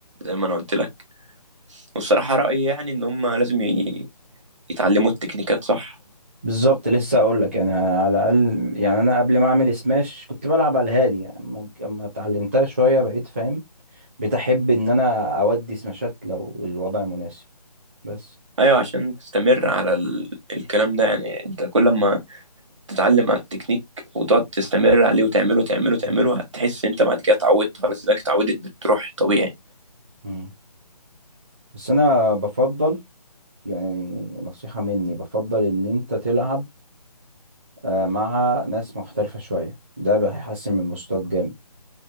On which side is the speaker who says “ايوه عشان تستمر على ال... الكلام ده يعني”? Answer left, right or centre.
Right